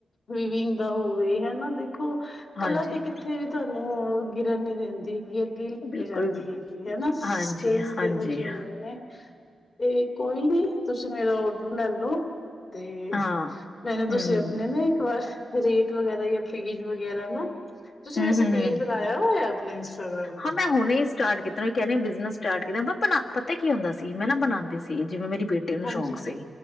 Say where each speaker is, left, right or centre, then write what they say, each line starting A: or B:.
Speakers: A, on the left; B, on the left.
A: ਵਿਵਿੰਗ ਦਾ ਹੋਵੇ ਹਨਾ ਦੇ ਦੇਖੋ ਕਲਾ
B: ਹਾਂਜੀ,
A: ਤੇ ਕਿੱਥੇ ਵੀ ਸਾਨੂੰ ਗਿਰਨ ਨੀ ਦਿੰਦੀ
B: ਬਿਲਕੁਲ-ਬਿਲਕੁਲ,
A: ਜਾਂਦੀ ਹੈਗੀ ਹਨਾ ਸਕਿੱਲ
B: ਹਾਂਜੀ-ਹਾਂਜੀ,
A: ਇਹੋ ਜਿਹੇ
B: ਹਾਂ,
A: ਹੁੰਦੇ ਨੇ ਤੇ ਕੋਈ ਨੀ ਤੁਸੀਂ ਮੇਰਾ ਓਡਰ ਲੈਲੋ ਤੇ
B: ਹਾਂ।
A: ਮੈ ਨਾ ਤੁਸੀਂ
B: ਹੂੰ-ਹੂੰ,
A: ਆਪਣੇ ਨਾ ਇੱਕ ਵਾਰ ਰੇਟ ਵਗੈਰਾ ਜਾਂ ਫੀਜ਼ ਵਗੈਰਾ ਨਾ ਤੁਸੀਂ
B: ਹੂੰ-ਹੂੰ-ਹੂੰ।
A: ਵੈਸੇ ਪੇਜ ਬਣਾਇਆ ਹੋਇਆ <unintelligible> ਸਇੰਸਟਾਗ੍ਰਾਮ ਤੇ
B: ਹਾਂ ਮੈਂ ਹੁਣੇ ਹੀ ਸਟਾਰਟ ਕੀਤਾ ਕਹਿ ਰ ਬਿਜਨਸ ਸਟਾਰਟ ਕੀਤਾ ਬ ਪਤਾ ਕੀ ਹੁੰਦਾ ਸੀ ਮੈਂ ਨਾ ਬਣਾਉਂਦੀ ਸੀ ਜਿਵੇਂ ਮੇਰੀ ਬੇਟੀ ਨੂੰ
A: ਹਾਂਜੀ
B: ਸ਼ੌਂਕ ਸੀ